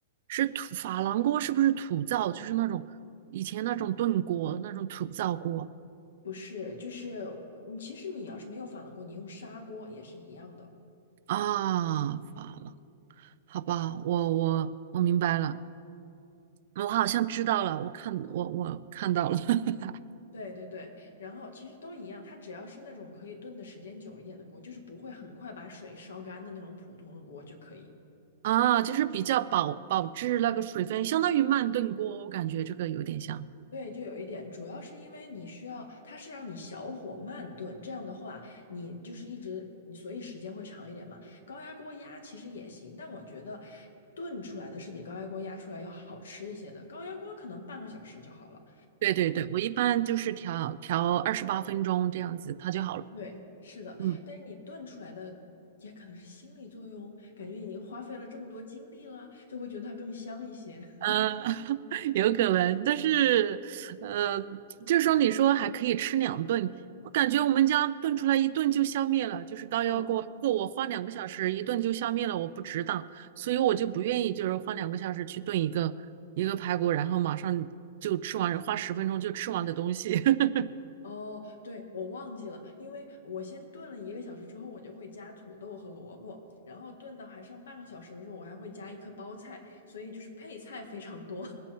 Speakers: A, on the right (about 45°); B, on the left (about 85°).
A: 是土珐琅锅是不是土灶？就是那种以前那种炖锅，
B: 嗯
A: 那种土灶锅
B: 不是，就是你其实你要是没有珐琅锅，你用砂锅也是一样的。对。
A: 啊。珐琅，好吧，我我我明白了，我好像知道了，我看我我看到了。<laughs>
B: 对对对，然后其实都一样，它只要是那种可以炖的时间久一点的锅，就是不会很快把水烧干的那种普通的锅就可以。
A: 啊，就是比较保保质那个水分，相当于慢炖锅，我感觉这个有点像。
B: 对，就有一点，主要是因为你需要，它是让你小火慢炖，这样的话，你就是一直，你所以时间会长一点嘛。高压锅压其实也行，但我觉得炖出来的是比高压锅压出来要好吃一些的。高压锅可能半个小时就好了。
A: 对对对，我一般就是调调二十八分钟这样子，它就好了。
B: 对，是的，
A: 嗯，
B: 但是你炖出来的也可能是心理作用，感觉已经花费了这么多精力了，就会觉得它更香一些。<laughs>
A: 呃，<laughs> 有可能，但是，嗯，就是说你说还可以吃两顿，我感觉我们家炖出来一顿就消灭了，就是高压锅，
B: 哦
A: 如果我花两个小时一顿就消灭了，
B: 哦
A: 我不值当，所以我就不愿意就是花两个小时去炖一个一个排骨，然后马上就吃完，花十分钟就吃完的东西。<laughs>
B: 哦，对，我忘记了，因为我先炖了一个小时之后，我就会加土豆和萝卜，然后炖到还剩半个小时的时候，我还会加一颗包菜，所以就是配菜非常多，